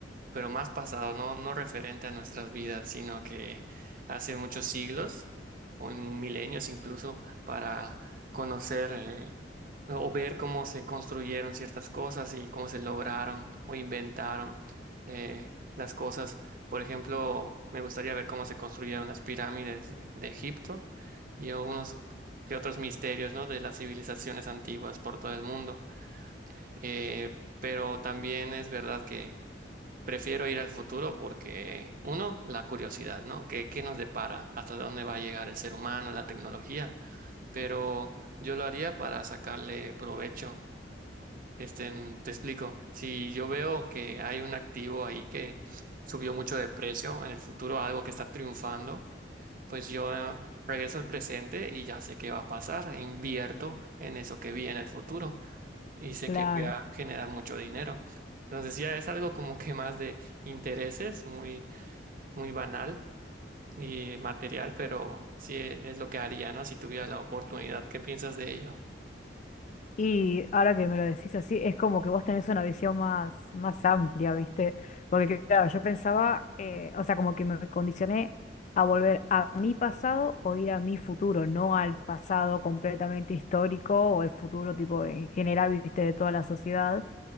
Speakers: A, on the right (about 50°); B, on the left (about 40°).
A: pero más pasado, no, no referente a nuestras vidas, sino que hace muchos siglos o en milenios incluso para conocer eh, o ver cómo se construyeron ciertas cosas y cómo se lograron o inventaron eh, las cosas. Por ejemplo, me gustaría ver cómo se construyeron las pirámides de, de Egipto y algunos que otros misterios, ¿no? de las civilizaciones antiguas por todo el mundo. Eh, pero también es verdad Prefiero ir al futuro porque, uno, la curiosidad, ¿no? ¿Qué, qué nos depara? ¿Hasta dónde va a llegar el ser humano, la tecnología? Pero yo lo haría para sacarle provecho. Este, mm, te explico. Si yo veo que hay un activo ahí que subió mucho de precio en el futuro, algo que está triunfando, pues yo eh, regreso al presente y ya sé qué va a pasar. e invierto en eso que vi en el futuro y sé
B: claro.
A: que voy a generar mucho dinero. Entonces ya es algo como que más de intereses, muy, muy banal y material, pero sí e- es lo que haría, ¿no? Si tuviera la oportunidad. ¿Qué piensas de ello?
B: Y ahora que me lo decís así, es como que vos tenés una visión más, más amplia, ¿viste? Porque claro, yo pensaba, eh, o sea, como que me condicioné a volver a mi pasado o ir a mi futuro, no al pasado completamente histórico o el futuro tipo en general, ¿viste? De toda la sociedad.